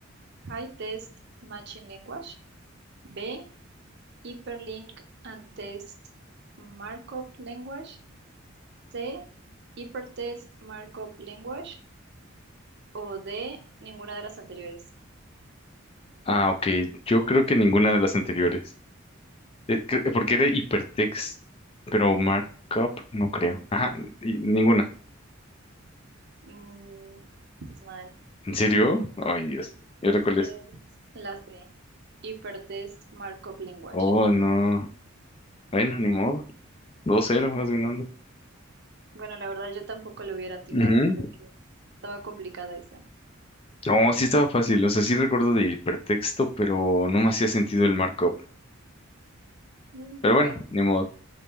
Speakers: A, on the right; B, on the left.
A: High Test Matching Language. B. Hyperlink and Test Markup Language. C. Hypertext Markup Language. O D. Ninguna de las anteriores.
B: Ah, ok. Yo creo que ninguna de las anteriores. Eh, cre- Porque era hipertext, pero markup no creo. Ah, y ninguna.
A: Mm, es mal.
B: ¿En serio? Ay, Dios. ¿Y ahora cuál
A: Es
B: es?
A: la C. Hypertext Markup Language.
B: Oh, no. Bueno, ni modo. dos cero vas ganando.
A: Bueno, la verdad yo tampoco lo hubiera atinado.
B: Ujú.
A: Creo que estaba complicada esa.
B: No, sí estaba fácil. O sea, sí recuerdo de hipertexto, pero no me hacía sentido el markup.
A: Mm,
B: Pero
A: bueno,
B: bueno, ni modo.